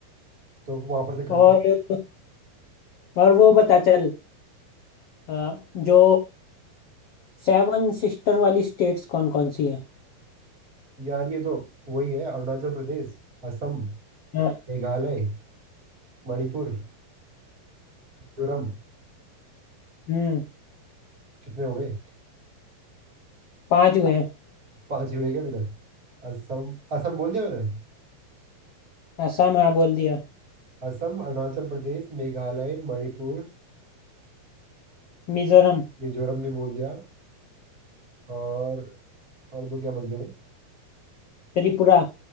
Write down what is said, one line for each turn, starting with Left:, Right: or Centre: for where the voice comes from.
Right: तो वहां पर से
Left: और
Right: गंगा
Left: और वो बता चल अ, जो सेवन सिस्टर वाली स्टेट्स कौन कौन सी है
Right: यार ये तो वही है अरुणाचल प्रदेश असम
Left: हम्म
Right: मेघालय मणिपुर मिजोरम
Left: हम्म
Right: कितने हो गए
Left: पांच हुए हैं
Right: पांच ही हुए क्या अभी तक असम असम बोल दिया मैंने
Left: असम हाँ बोल दिया
Right: असम अरुणाचल प्रदेश मेघालय मणिपुर
Left: मिजोरम
Right: मिजोरम भी बोल दिया और और दो क्या बच गए मैं
Left: त्रिपुरा